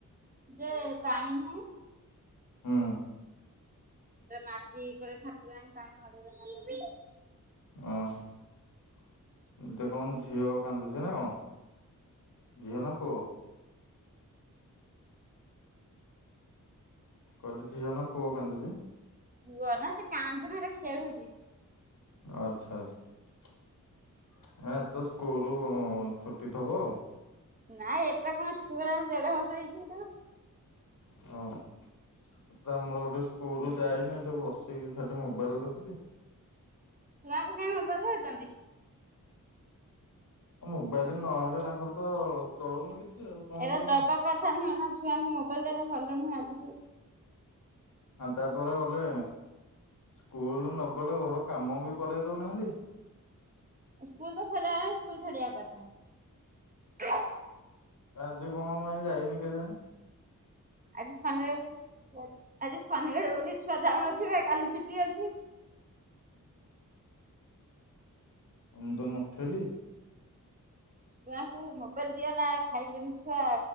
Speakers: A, on the right; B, on the left.
A: ଯେ ପାଣି ନାହିଁ।
B: ହଁ।
A: ମାଟି କରେ ାକିଲା ଆଣି ପାଣି ମରେଇଦ।
B: ଓୋ ଟ କଣ ଝିଅ କାନ୍ଦୁଛି ନା କଣ? ଝିଅ ନା ପୁଅ? କହିଲେ ଝିଅ ନା ପୁଅ କାନ୍ଦୁଛି।
A: କୁହ ନା ସେ କାନ୍ଦୁନି ସେଟା ଖେଳୁଛି।
B: ଆଚ୍ଛା ଆଚଛା। ଏ ତ ସ୍କୁଲରୁ ଛୁଟି ଥବ।
A: ନାଇଁ ଏଟା କଣ ସ୍କୁଲ ଆ ଦେଢ ବର୍ଷ ହେଇଛି ଏଟା
B: ହଁ ଆମର ଗୋଟେ ସ୍କୁଲ ଯାଇନିେ ବସିକି ଖଲି ମୋବାଇଲ ଦେଖୁଛି।
A: ଛୁଆକୁ କାଇଁ ଭଲ ହଉଛନ୍ତି।
B: ଆ ମୋବାଇଲରେ ନହେଲେ ତାଙ୍କର ତ ଚଳୁନି କିଛି। ଆଉ କଣ
A: ଏଟା
B: କରିବୁ?
A: ଦବା କଥା ନୁହେଁ ନା ଛୁଆଙ୍କୁ ମବାଇଲ ଦେବା ଭଲ ନୁହଁ ଆଜିଠୁ।
B: ଆ ତାପରେ ଗଲେ ସ୍କୁଲ ନଗଲେ ଘର କାମ ବି କରଇ ଦଉନାହାନ୍ତି।
A: ସ୍କୁଲ ତ ଖୋଲା ହେଲା ସ୍କୁଲ ଛାଡ଼ିଆ କଥା।
B: ରାଜ କଣ ପାଇଁ ଯାଇନି କେଜାଣ।
A: ଆଜି ଶନିବାର ଆଜି ଶନିବାର ବୋଲି ଛୁଆ ଯାଉନଥିବା କାଲି ଛୁଟି ଅଛି।
B: ମୁ ମୁଁ ତ ନଥିଲି।
A: ଛୁଆଙ୍କୁ ମୋବାଇଲ ଦିଅ ନା ଖାଇବେନି ଛୁଆ